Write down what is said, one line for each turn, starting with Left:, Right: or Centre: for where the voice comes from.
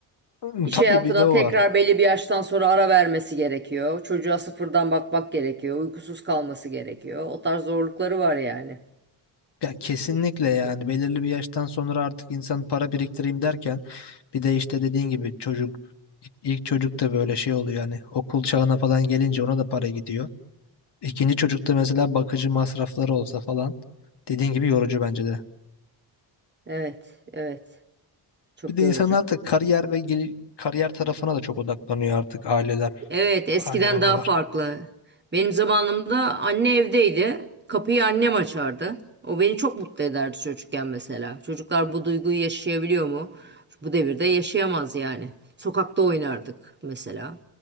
Left: Hmm,
Right: iş
Left: Tabii
Right: hayatına
Left: bir de o
Right: tekrar
Left: var.
Right: belli bir yaştan sonra ara vermesi gerekiyor. Çocuğa sıfırdan bakmak gerekiyor. Uykusuz kalması gerekiyor. O tarz zorlukları var yani.
Left: Ya kesinlikle yani belirli bir yaştan sonra artık insan para biriktireyim derken bir de işte dediğin gibi çocuk ilk çocuk da böyle şey oluyor hani okul çağına falan gelince ona da para gidiyor. İkinci çocukta mesela bakıcı masrafları olsa falan dediğin gibi yorucu bence de.
Right: Evet, evet. Çok
Left: Bir de
Right: yorucu.
Left: insan artık kariyer ve gel- kariyer tarafına da çok odaklanıyor artık aileler,
Right: Evet, eskiden
Left: anne babalar.
Right: daha farklı. Benim zamanımda anne evdeydi. Kapıyı annem açardı. O beni çok mutlu ederdi çocukken mesela. Çocuklar bu duyguyu yaşayabiliyor mu? Bu devirde yaşayamaz yani. Sokakta oynardık mesela.